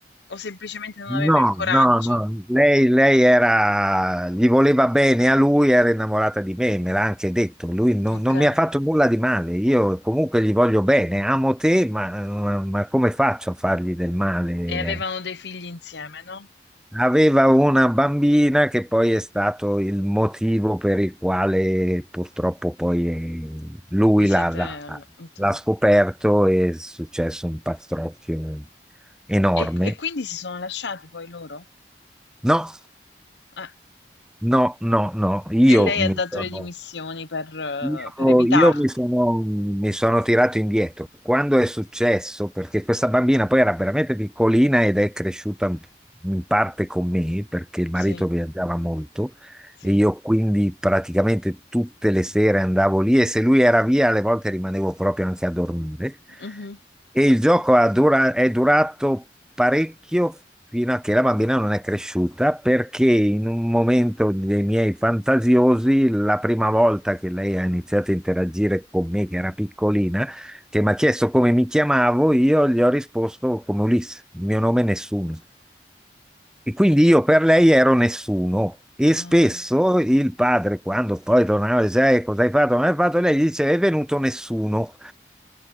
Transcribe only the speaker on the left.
O semplicemente non
aveva il coraggio?
Okay.
E avevano dei figli insieme, no?
Vi siete
all allontanati.
E e quindi si sono lasciati poi loro?
Eh.
E lei ha
dato
le dimissioni per eh,
per evitarti.
Sì,
sì.
Mh-mh.
Ah.